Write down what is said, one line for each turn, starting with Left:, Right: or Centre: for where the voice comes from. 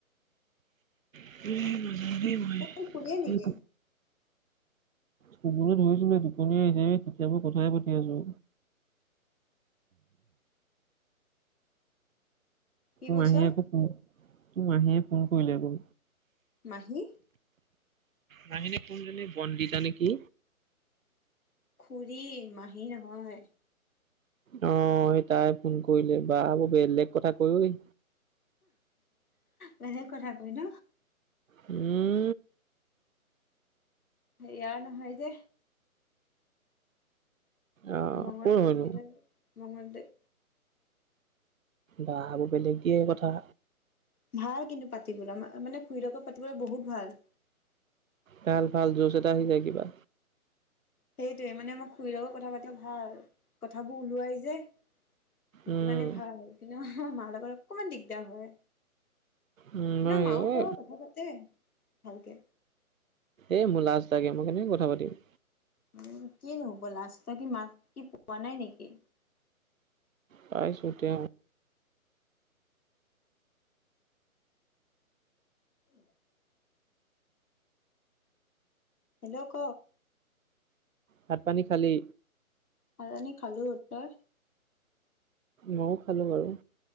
Right: <inaudible>
Left: তই কি শুলিয়ে নেকি?
Right: এই শুবলৈ ধৰিছিলোৱে, টোপনীয়ে আহিছে, এই তেতিয়াপা কথাই পাতি আছোঁ।
Left: কি কৈছ
Right: মামীয়ে আকৌ ফোন, মামীয়ে ফোন কৰিলে আকৌ
Left: মাহী
Right: মাহীনে কোনজনী বন্দিতা নে কি?
Left: খুৰী, মাহী নহয়।
Right: অ', তাই ফোন কৰিলে, বা বৰ বেলেগ কথা কয়ঐ
Left: বেলেগ কথা কয় ন?
Right: উম
Left: ইয়াৰ নহয় যে
Right: অ'
Left: মঙলদৈ
Right: ক'ৰ হয়নো?
Left: চাইদৰ হয়, মঙলদৈ
Right: বা আৰু বেলেগ দিয়ে কথা
Left: ভাল কিন্তু পাতিবলৈ, মানে খুৰি লগত পাতিবলৈ বহুত ভাল।
Right: ভাল, ভাল, জোছ এটা আহি যায় কিবা
Left: সেইটোৱে মানে মোৰ খুৰীৰ লগত কথা পাতিবলে ভাল, কথাবোৰ ওলিৱাই যে সেইটো
Right: উম,
Left: কাৰণে ভাল, কিন্তু আমাৰ মাৰ লগত অকমান দিগদাৰ হয়।
Right: উম,
Left: কিন্তু
Right: মই
Left: আমাৰ মাও
Right: এ,
Left: কৰে, কথা পাতে ভালকে
Right: এ মোৰ লাজ লাগে, মই কেনেকে কথা পাতিম
Left: এ কিনো হ'ব, লাজ কি মাক কি পোৱা নাই নেকি?
Right: পাইছোঁ, তেওঁ
Left: <inaudible> হেল্ল' ক
Right: ভাত পানী খালি?
Left: ভাত পানী খালো, তই?
Right: ময়ো খালোঁ বাৰু